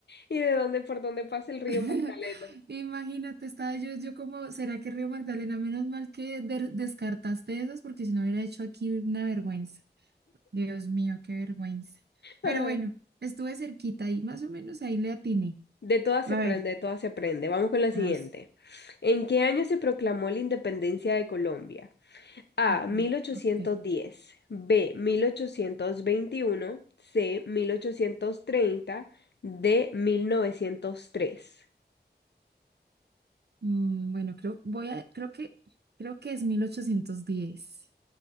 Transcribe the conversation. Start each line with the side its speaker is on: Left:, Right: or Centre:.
Left: y de dónde, por dónde pasa el río
Right: <laughs>
Left: Magdalena?
Right: Imagínate, estaba yo, yo como, ¿será que Río Magdalena? Menos mal que de- descartaste esas porque si no hubiera hecho aquí una vergüenza. Dios mío, qué vergüenza. Pero
Left: Ah,
Right: bueno, estuve cerquita y más o menos ahí le atiné.
Left: De todas
Right: A
Left: se aprende,
Right: ver,
Left: de todas se aprende. Vamos con la siguiente.
Right: ay, sí.
Left: ¿En qué año se proclamó la independencia de Colombia? A.
Right: Mm,
Left: mil ochocientos
Right: ok.
Left: diez, B. 1821, C. mil ochocientos treinta, D. 1903.
Right: Mm, bueno, creo, voy a, creo que, creo que es 1810.